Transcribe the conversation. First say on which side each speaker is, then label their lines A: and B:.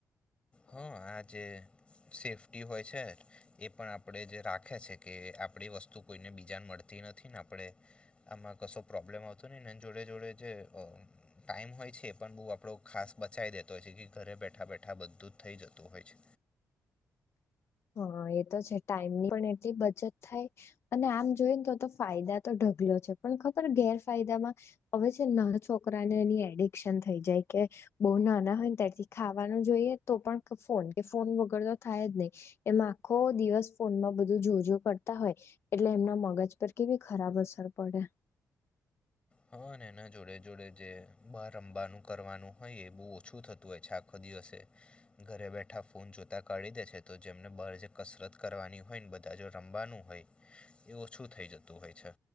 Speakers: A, on the left (about 20°); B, on the left (about 45°).
A: હં આજે સેફ્ટી હોય છે. એ પણ આપણે જે રાખે છે કે આપડી વસ્તુ કોઈને બીજાને મળતી નથી ને આપણે આમાં કશો પ્રોબ્લેમ આવતો નહી એ જોડે જોડે જે ટાઈમ હોય છે એ પણ બહુ આપણો ખાસ બચાય દેતો હોય છે કે ઘરે બેઠા બેઠા બધું જ થઇ જતું હોય છે.
B: હા એ તો છે ટાઈમ ની પણ એટલી બચત થાય. અને આમ જોઈ ને તો તો ફાયદા તો ઢગલો છે પણ ખબર ગેરફાયદામાં હવે છે નાના છોકરાને એની એડિકશન થઈ જાય કે બઉુ નાના હોય ને ત્યારથી ખાવાનું જોઈએ તો પણ ફોન કે ફોન વગર તો થાય જ નહી એમ આખો દિવસ ફોનમાં બધું જોજો કરતા હોય એટલે એમના મગજ પર કેવી ખરાબ અસર પડે
A: હા અને એના જોડે જોડે જે બારમવાનું કરવાનું હોય એ બહુ ઓછું થતું હોય છે આખો દિવસે ઘરે બેઠા ફોન જોતા કાઢી દે છે તો જેમને બહાર જે કસરત કરવાની હોય ને બધા જો રમવાનું હોય એ ઓછું થઈ જતું હોય છે.